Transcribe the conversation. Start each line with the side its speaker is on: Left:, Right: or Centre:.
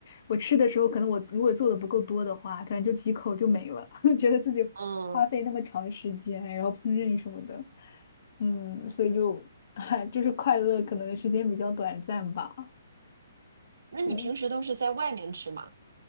Left: 我吃的时候，可能我如果做的不够多的话，可能就几口就没了，<laughs> 觉得自己花费那么长时间，
Right: <laughs> 嗯，
Left: 然后烹饪什么的，嗯，所以就 <laughs> 就是快乐可能时间比较短暂吧。
Right: 那你平时都是在外面吃吗？
Left: 对，